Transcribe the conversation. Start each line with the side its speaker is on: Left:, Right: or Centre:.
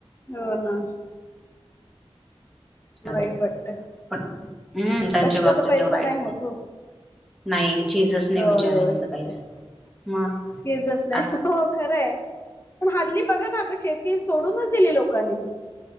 Left: हो ना वाईट
Centre: आता
Left: वाटत
Centre: पण हम्म त्यांच्या
Left: कष्टाचा
Centre: बाबतीत
Left: पैसा
Centre: ते वाईट
Left: नाही होत हो.
Centre: नाही चीजच नाही
Left: होय
Centre: बिचाऱ्यांचं
Left: होय
Centre: काहीच
Left: तेच चीजच
Centre: मग
Left: नाही
Centre: आ
Left: हो खरं आहे. पण हल्ली बघा ना आता शेती सोडूनच दिली. लोकांनी